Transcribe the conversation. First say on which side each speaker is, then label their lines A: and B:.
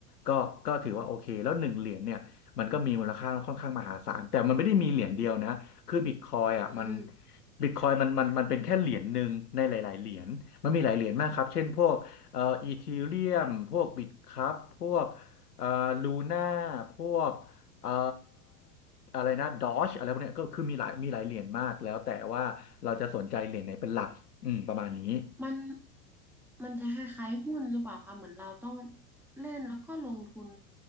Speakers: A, on the left (about 85°); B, in the centre.
A: ก็ก็ถือว่าโอเคแล้วหนึ่งเหรียญเนี่ยมันก็มีมูลค่าค่อนข้างมหาศาลแต่มันไม่ได้มีเหรียญเดียวนะคือบิตคอยอ่ะมัน
B: อืม
A: บิตคอยมันมันมันเป็นแค่เหรียญหนึ่งในหลายๆเหรียญมันมีหลายเหรียญมากครับเช่นพวกเอ่ออีทีเรียมพวกบิตครับพวกเอ่อลูน่าพวกเอ่อ อะไรนะดอชอะไรพวกเนี้ยก็คือมีหลายมีหลายเหรียญมากแล้วแต่ว่าเราจะสนใจเหรียญไหนเป็นหลักอืมประมาณนี้
B: มัน มันจะคล้ายๆหุ้นหรือเปล่าคะเหมือนเราต้องเล่นแล้วก็ลงทุน